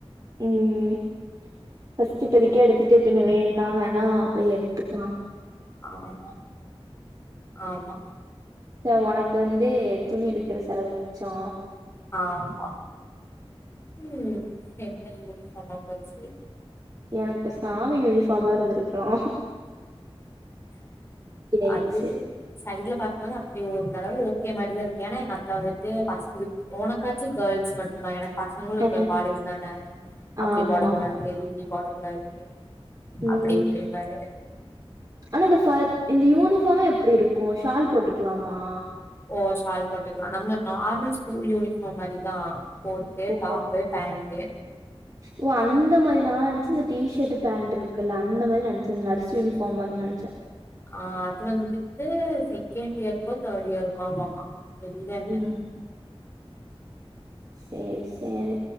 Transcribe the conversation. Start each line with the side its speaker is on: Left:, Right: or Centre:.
Right: ம் ஃபர்ஸ்ட் இப்பதிக்கு எடுத்துட்டு பின்ன வேன்ணா வேணா அப்டியே எடுத்துக்லா
Left: ஆமா ஆமா
Right: செர் உனக்கு வந்து துணி எடுக்கற செலவு மிச்சோ
Left: ஆமா ம் என்ன யூனிஃபார்மா போச்சு
Right: எனக்கு சாமி யூனிஃபார்மா இருந்திருக்லா இப்டியாயிடுச்சு
Left: அது சைட்ல பார்க்கும்போது அப்டி ஒரு தடவ ஓகே மாரிதா இருக்கு ஏன்னா எங்க அத்தா விட்டு பச உனக்காச்சு கேர்ள்ஸ் மட்டு தா எனக் பசங்ளு இருக்கர
Right: அ
Left: காலேஜ் தான அப்டி
Right: ஆமா
Left: போடக்கூடாது இப்டி போடக்கூடாது
Right: ம்
Left: அப்டி இப்டின் பாரு
Right: ஆனா இந்த ஃபா இந்த யூனிஃபார்ம்மே எப்டி இருக் கு ஷால் போட்டுக்லாமா
Left: ஓ ஷால் போட்டுக்லா நம்ம நார்மல் ஸ்கூல் யூனிஃபார்ம் மாரிதா கோட்டு டாப்பு
Right: ஓ
Left: பேண்ட்டு
Right: ஓ அந்த மாரி நா நெனச்ச இந்த டி ஷர்ட் பேண்ட் இருக்குல்ல அந்த மாதிரி நெனச்ச இந் நர்ஸ் யூனிபாஃர்ம் மாரி நெனச்ச
Left: ஆ அது வந்துட்டு செகண்ட் இயர்க்கோ தேர்ட் இயர்க்கோவாமா எதுமே இல்ல
Right: ம் சேர் சேரி